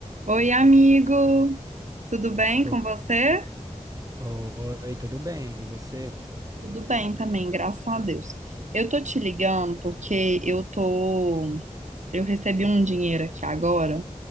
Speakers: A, on the right (about 70°); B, on the right (about 25°).
A: Oi, amigo! Tudo bem
B: O-
A: com você?
B: Oi, tudo bem? E você?
A: Tudo bem também, graças a Deus. Eu tô te ligando porque eu tô, eu recebi um dinheiro aqui agora